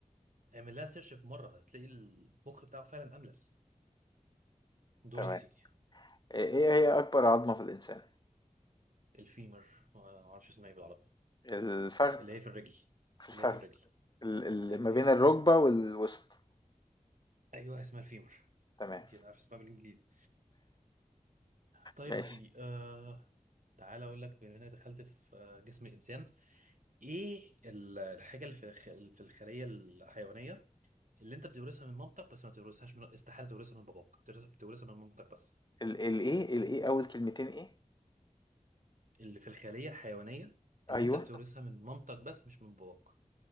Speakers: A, on the right (about 85°); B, on the left (about 35°).
A: اعمل لها سيرش في مرة هتلاقي المخ بتاعه فعلا املس دورك
B: تمام
A: يا سيدي
B: آه، ايه هي اكبر عظمة في الانسان
A: الفيمر ما اعرفش اسمها ايه بالعربي
B: الفخذ
A: اللي هي في الرجل
B: في الفخذ
A: اللي هي في الرجل
B: ال- اللي
A: ايوه
B: ما بين
A: هي دي
B: الركبة والوسط
A: ايوه اسمها الفيمر
B: تمام
A: يمكن عارف اسمها بالانجليزي طيب
B: ماشي
A: يا سيدي آه تعالى اقول لك بما انك دخلت في آه، جسم الانسان ايه ال- الحاجه اللي في الخ- في الخليه الحيوانيه اللي انت بتورثها من مامتك بس ما بتورثهاش من استحاله تورثها من باباك بتورث- بتورثها من مامتك بس
B: ال الإيه الإيه أول كلمتين إيه؟
A: اللي في الخليه الحيوانيه اللي
B: أيوه
A: انت بتورثها من مامتك بس مش من باباك